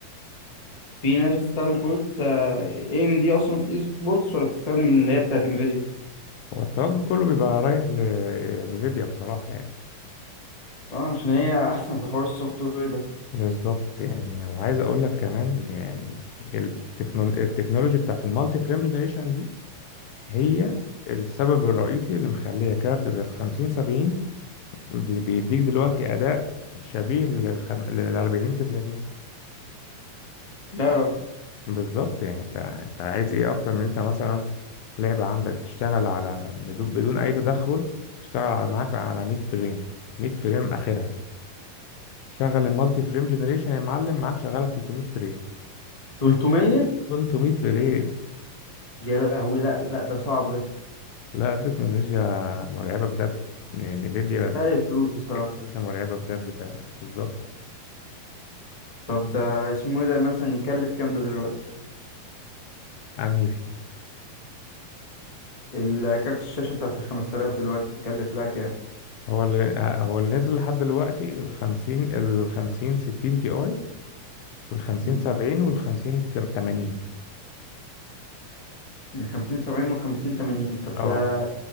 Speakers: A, on the left; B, on the left.
A: في ناس بتستخدم كروت اي ام دي اصلا في الاي سبورتس ولا بتستخدم اللي هي بتاعت انفيديا
B: هو التوجه كله بيبقى رايح لنفيديا بصراحة يعني
A: اه عشان هي احسن في حوار السوفت وير ده
B: بالظبط يعني وعايز أقول لك كمان يعني التكنول... التكنولوجي بتاعت المالتي فريم جنريشن دي هي السبب الرئيسي اللي مخلية كارت زي الخمسين سبعين دي- بيديك دلوقتي أداء شبيه للخم... للأربعين تسعين
A: لا يا راجل
B: بالظبط يعني أنت أنت عايز إيه أكتر من أنت مثلا لعبة عندك بتشتغل على بدون بدون أي تدخل تشتغل على معاك على 100 فريم 100 فريم آخرها شغل المالتي فريم جنريشن يا معلم معاك شغاله 300 فريم
A: 300
B: <laughs> 300 فريم
A: يا لهوي لا لا ده صعب ده
B: لا التكنولوجيا مرعبه بجد ن- نفيديا
A: تستاهل
B: بتاعت
A: الفلوس بصراحة
B: التكنولوجيا مرعبه بجد فعلا بالظبط
A: طب ده اسمه ايه ده مثلا يكلف كام ده دلوقتي
B: انهي
A: الكارت الشاشة بتاعت ال 5000 دلوقتي تكلف لها كام
B: هو اللي آه، هو اللي نزل لحد دلوقتي ال 50 ال 50 60 تي اي وال 50
A: مم.
B: 70 وال 50 80
A: من 50 70 و50 80 طب
B: اه
A: ده